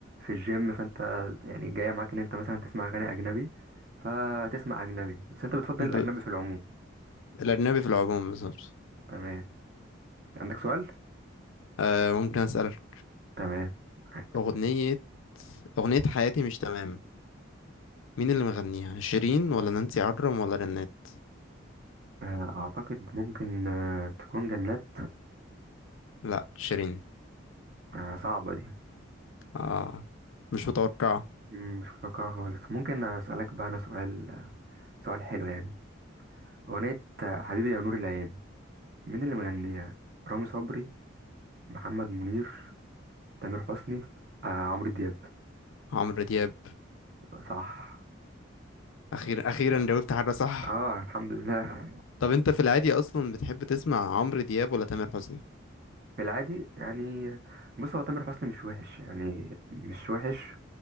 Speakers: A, on the right; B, on the left.
A: في الجيم فانت يعني جايه معاك ان انت مثلا تسمع اغاني اجنبي فتسمع اجنبي بس انت بتفضل
B: ب...
A: الاجنبي في العموم
B: الاجنبي في العموم بالظبط
A: تمام عندك سؤال
B: آه ممكن اسألك
A: تمام معاك.
B: اغنية اغنية حياتي مش تمام مين اللي مغنيها شيرين ولا نانسي عجرم ولا رنات
A: آه، اعتقد ممكن آه، تكون جنات
B: لا شيرين
A: آه، صعبه دي
B: اه مش متوقع
A: مم، مش متوقعة خالص ممكن اسالك بقى انا سؤال سؤال حلو يعني اغنيه آه، حبيبي يا نور العين مين اللي مغنيها رامي صبري محمد منير تامر حسني آه عمرو دياب
B: عمرو دياب
A: صح
B: اخيرا اخيرا جاوبت حاجة صح
A: اه الحمد لله
B: طب انت في العادي اصلا بتحب تسمع عمرو دياب ولا تامر حسني
A: في العادي يعني بص هو تامر حسني مش وحش يعني مش وحش